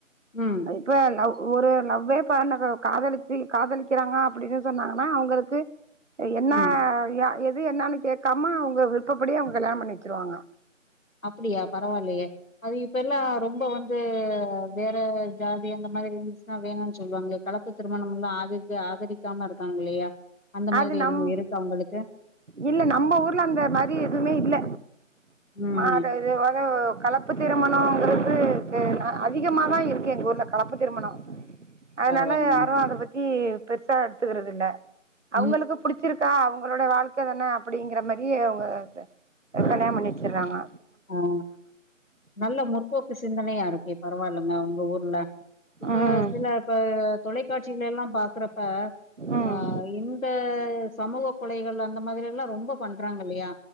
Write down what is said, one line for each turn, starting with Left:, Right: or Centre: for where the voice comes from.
Left: ம்
Right: இப்போ லவ் ஒரு லவ்வே பன்னக காதலிச்சி காதலிக்கிறாங்க அப்டின்னு சொன்னாங்கன்னா அவங்களுக்கு என்னா
Left: ம்
Right: எது என்னானு கேக்காம அவங்க விருப்பப்படியே அவங்க கல்யாணோ பண்ணி வச்சுருவாங்க
Left: அப்பிடியா பரவால்லயே அது இப்பல்லா ரொம்ப வந்து வேற ஜாதி அந்த மாரி இருந்துச்சுனா வேணான்னு சொல்லுவாங்கள கலப் பு திருமணம்ல்லா ஆதரிக்க ஆதரிக்காம இருக்காங்கல்லயா அந்த
Right: அது
Left: மாரி
Right: நம்
Left: எதுவு இருக்கா அவங்களுக்கு
Right: இல்ல நம்ம ஊர்ல அந்த மாரி எதுவுமே இல்ல
Left: ம்
Right: மாடு இது அது கலப் கலப்பு திருமணோங்கிறது அதிகமாதா இருக்கு எங்க ஊர்ல கலப்பு திருமணம் அதனால
Left: பரவாயில்லைங்க
Right: யாரு அத பத்தி பெருசா எடுத்துக்கிறது இல்ல அவங்களுக்கு
Left: ம்
Right: புடிச் ச்சிருக்கா அவங்களோட வாழ்க்க தானே அப்படிங்கிற மாரியே அவங்க கல்யாணோ பண்ணி வச்சுறாங்க
Left: ஆ நல்ல முற்போக்கு சிந்தனையா இருக்கே பரவாயில்லைங்க உங்க ஊர்ல இப்ப
Right: ம்
Left: சில
Right: ம்
Left: இப்ப தொ தொலைக்காட்சிகள்ளளா பாக்குறப்ப
Right: ம்
Left: ஆ இந்த சமூக கொலைகள் அந்த மாதிரில்லா ரொம்ப பண்றாங்க இல்லயா